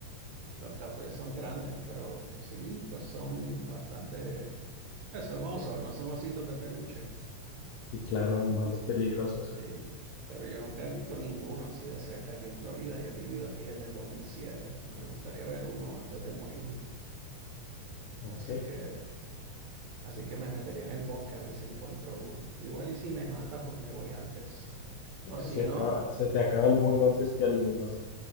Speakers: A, on the right; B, on the left.
A: Los cafés son grandes, pero sí, pues son bastante... eh, son osos, no son ositos de peluche.
B: Sí, claro, animales peligrosos.
A: Sí, pero yo nunca he visto ninguno así de cerca aquí en Florida y he vivido aquí desde el dos mil siete Me gustaría ver uno antes de morirme.
B: Ok.
A: Así que, así que me metería en el bosque a ver si encuentro uno. Igual y si me mata, pues me voy antes. O si
B: Se acaba,
A: no,
B: se te acaba el mundo antes que a los demás.